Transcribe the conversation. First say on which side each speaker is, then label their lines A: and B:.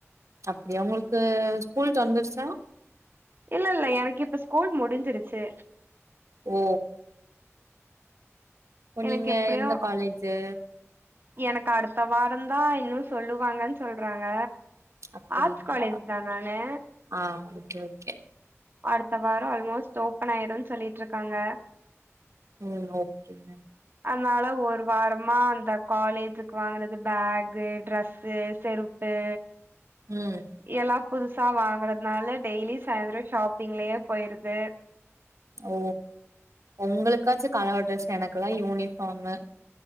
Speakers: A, on the right; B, on the right.
A: அப்டியா உங்களுக்கு ஸ்கூல் தெறந்துருச்சா
B: இல்ல இல்ல எனக்கு இப்ப ஸ்கூல் முடிஞ்சிருச்சு
A: ஓ இப்ப
B: எனக்கு
A: நீங்க
B: எப்டியு
A: எந்த காலேஜு
B: எனக்கு அடுத்த வாரம் தா இன்னும் சொல்லுவாங்கன்னு சொல்றாங்க
A: அப்டிங்களா
B: ஆர்ட்ஸ் காலேஜ் தா நானு
A: ஆ ஓகே ஓகே
B: அடுத்த வாரம் ஆல்மோஸ்ட் ஓபன் ஆயிரும்ன்னு சொல்லிட்டு இருக்காங்க
A: ம் ஓகேங்க
B: அதனால ஒரு வாரமா அந்த காலேஜ்க்கு வாங்குனது பேஃகு ட்ரெஸ்ஸு செருப் <unintelligible>
A: ம்
B: எல்லா புதுசா வாங்கறதுனால டெய்லி சாய்ந்தரம் ஷாப்பிங்லயே போய்ருது
A: ஓ ஒங்களுக்காச்சு கலர் ட்ரெஸ் எனக்கெல்லா யூனிஃபார்மு